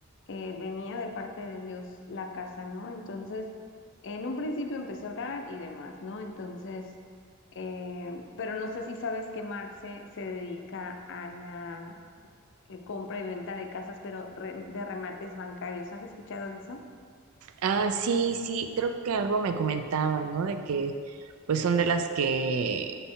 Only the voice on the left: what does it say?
eh, venía de parte de Dios la casa, ¿no? Entonces, en un principio empecé a orar y demás, ¿no? Entonces, eh, pero no sé si sabes que Marce se dedica a la eh, compra y venta de casas, pero re- de remates bancarios. ¿Has escuchado de eso?